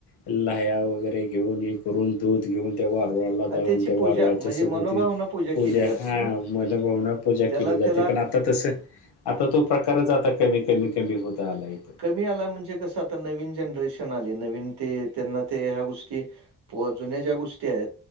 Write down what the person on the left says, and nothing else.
लाह्या वगैरे घेऊन, हे करून दूध घेऊन ते वारूळाला
जाऊन
ते
वारूळाला
तसं
भवती पूजा
हा,
मनभावना पूजा
केली जाते.
पण आ आता तस आता तो प्रकारच आता कमी कमी कमी होत आलाय इथ.